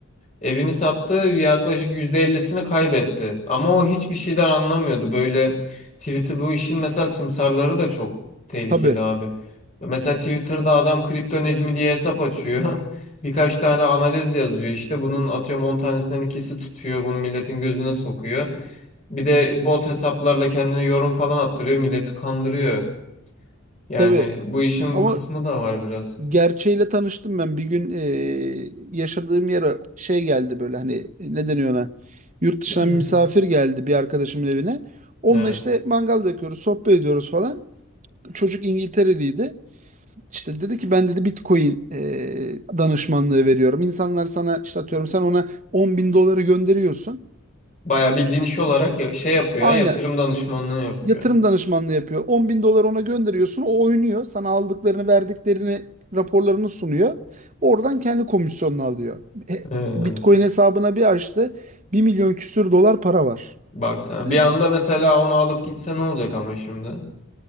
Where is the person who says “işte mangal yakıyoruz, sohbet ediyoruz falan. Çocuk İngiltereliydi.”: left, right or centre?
Right